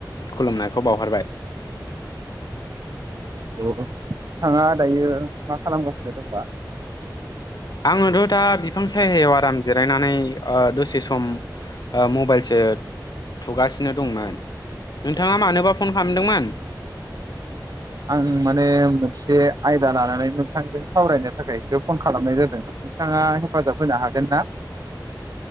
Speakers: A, on the left (about 60°); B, on the right (about 55°).
A: खुलुमनायखौ बावहरबाय।
B: औ नोंथाङा दायो मा खालामगासिनो दंबा।
A: आंथ' दा। बिफां सायायाव आराम जिरायनानै दसे सम मबाइलसो थुगासिनो दंमोन। नोंथाङा मानोबा फन खालामदोंमोन?
B: आं माने मोनसे आयदा लानानै नोंथांजों सावरायनो थाखायसो फन खालामनाय जादोंमोन नोंथाङा हेफाजाब होनो हागोन ना?